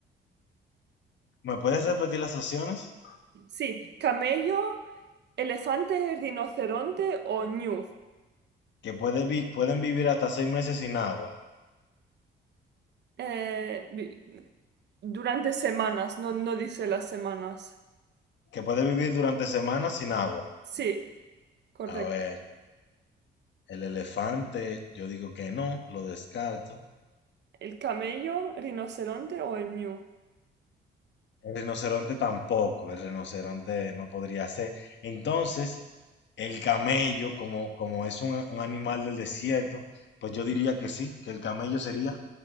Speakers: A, on the left; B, on the right.
A: ¿Me puedes repetir las opciones?
B: Sí, camello, elefante, rinoceronte o ñu.
A: Que puede vi- pueden vivir hasta seis meses sin agua.
B: Eh, vi- durante semanas, no, no dice las semanas.
A: Que puede vivir durante semanas sin agua.
B: Sí, correcto.
A: A ver, el elefante, yo digo que no, lo descarto.
B: ¿El camello, rinoceronte o el ñu?
A: El rinoceronte tampoco, el rinoceronte no podría ser. Entonces, el camello, como, como es un, un animal del desierto, pues yo diría que sí, que el camello sería.